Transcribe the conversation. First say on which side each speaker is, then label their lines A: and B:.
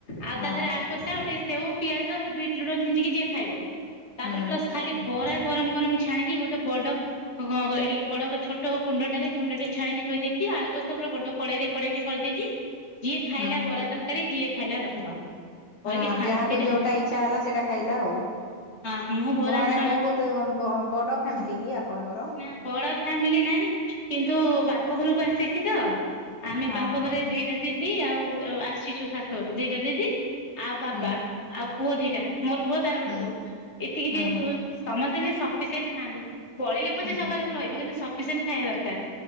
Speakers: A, on the left; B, on the left.
A: ଆଉ
B: ହଁ
A: ତାଦିରେ ଆଳୁ କଷା ଆଉ ଟିକେ ସେଉ, ପିଆଜ, ବିଟ୍ ଲୁଣ ଛିଞ୍ଚିକି ଯିଏ ଖାଇବ ତାପରେ
B: ହୁଁ
A: ପ୍ଲସ୍ ଖାଲି ବରା ଗରମ୍ ଗରମ୍ ଛାଣିକି ଗୋଟେ ବଡ ହ କଁ ଏଠି ବଡ ଛୋଟ କୁଣ୍ଡ ଟାରେ କୁଣ୍ଡ ଟେ ଛାଣିକି ଥୋଇ ଦେଇଛି ଆଳୁ କଷା ପୁରା ବଡ କଡେଇରେ କଡେଇ ଟେ କରିଦେଇଛି ଯିଏ ଖାଇଲା
B: ହୁଁ ହୁଁ
A: ବରା ତରକାରୀ ଯିଏ ଖାଇଲା ଦହିବରା। କରିକି
B: ହଁ
A: ଶାନ୍ତିରେ
B: ଯାହାକୁ ଯୋଉଟା ଇଚ୍ଛା ହେଲା ସେଇଟା ଖାଇଲା ଆଉ
A: ହଁ ମୁଁ ବରା
B: ଘରେ
A: ଛଣା
B: ବହୁତ ବଡ଼ ଫ୍ୟାମିଲି କି ଆପଣଙ୍କର?
A: ନା ବଡ ଫ୍ୟାମିଲି ନାହିଁ କିନ୍ତୁ ବାପ ଘରକୁ ଆସିଛି ତ ଆମେ
B: ହଁ
A: ବାପ ଘରେ ଦିଟା ଦିଦି ଆଉ ଆସିଛୁ ଶାଶୁଘରୁୁ ଦିଟା ଦିଦି ଆଉ ବାବା
B: ହଁ
A: ଆଉ ପୁଅ ଦିଟା ମୋର ପୁଅ ତାର ଗୋଟେ
B: ହୁଁ
A: ପୁଅ ଏତିକି
B: ହୁଁ
A: ଯେହେତୁ
B: ହୁଁ ହୁଁ।
A: ସମସ୍ତେ ଯିଏ ସଫିସିଏଣ୍ଟ ଖାଆନ୍ତୁ ବଳିଲେ ପଛେ
B: ହୁଁ
A: ସକାଳକୁୁ ରହିବ କିନ୍ତୁ ସଫିସିଣ୍ଟ ଖାଇବା ଦରକାର।